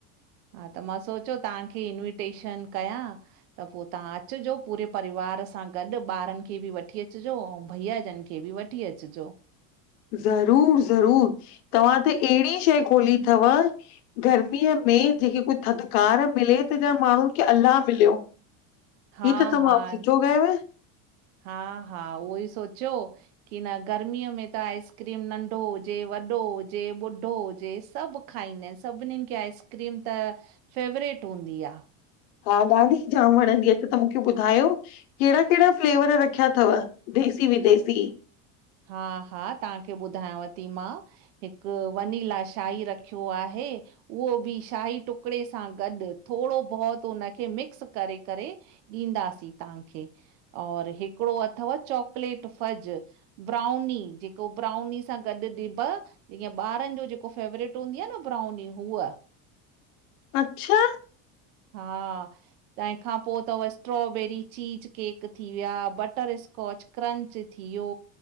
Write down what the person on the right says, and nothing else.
हा त मां सोचो तांखे इंविटेशन कयां। त पो तां अचजो पूरे परिवार सां गॾ ॿारन खे बि वठी अचजो भैया जन खे बि वठ। वठी अचजो।
हा
हा
हा हा उहो ई सोच्यो। की न गर्मीअ में त आइस्क्रीम नंढो हुजे वॾो हुजे ॿुढो हुजे सभ। खाईंदाइन सभनिंनखे आइस्क्रीम त फेवरेट हूंदी आ।
हा हा तव्हांखे ॿुधायांव थी मां हिकु वनीला शाही रखियो आहे। उहो बि शाही टुकड़े सां गॾु थोरो बहुत उनखे मिक्स करे करे ॾींदासीं तव्हांखे और हिकिड़ो अथव चॉकलेट फज ब्राउनी जेको ब्राउनी सां गॾु ॾिब जीअं ॿारनि जो जेको फेवरेट हूंदी आहे न ब्राउनी उअ
हा तंहिंखां पोइ अथव स्ट्रोबेरी चीज केक थी विया बटर स्कॉच क्रंच थी वियो